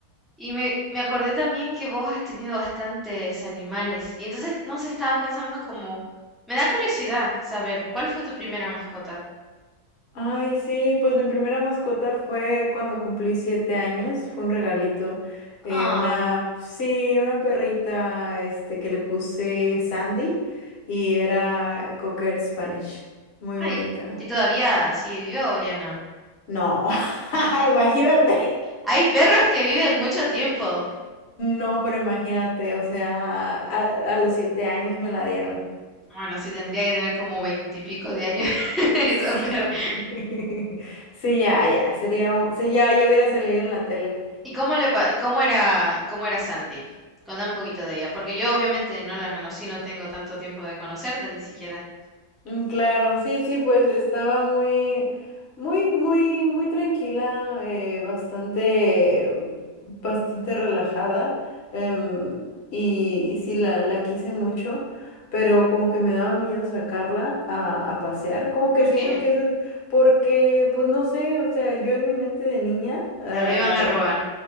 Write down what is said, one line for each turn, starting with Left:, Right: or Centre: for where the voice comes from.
Centre: Y me, me acordé también que vos has tenido bastantes animales. Y entonces, no sé, estaba pensando como... Me da curiosidad saber, ¿cuál fue tu primera mascota?
Left: Ay, sí, pues mi primera mascota fue cuando cumplí siete años. Fue un regalito. Eh,
Centre: Ah,
Left: una, sí, una perrita, este, que le puse Sandy y era Cocker Spanish. Muy
Centre: ay,
Left: bonita.
Centre: ¿y todavía sigue viva o ya no?
Left: No, <laughs> imagínate.
Centre: Hay perros que viven mucho tiempo.
Left: No, pero imagínate, o sea, a, a los siete años me la dieron.
Centre: Bueno, sí, tendría que tener como veintipico de años <laughs> esa
Left: Sí.
Centre: perra.
Left: <laughs> Sí, ya, ya. Sería un- Sí, ya, ya hubiera salido en la tele.
Centre: ¿Y cómo le pa- cómo era, cómo era Sandy? Contá un poquito de ella, porque yo obviamente no la conocí, no tengo tanto tiempo de conocerte ni siquiera.
Left: Mm, Claro, sí, sí, pues estaba muy, muy, muy, muy tranquila, eh, bastante, bastante relajada. em, y, y sí, la, la quise mucho, pero como que me daba miedo sacarla a, a pasear. Como que
Centre: ¿Por
Left: siento
Centre: qué?
Left: que eso es porque, pues no sé, o sea, yo en mi mente de niña, ah,
Centre: Te la iban a robar.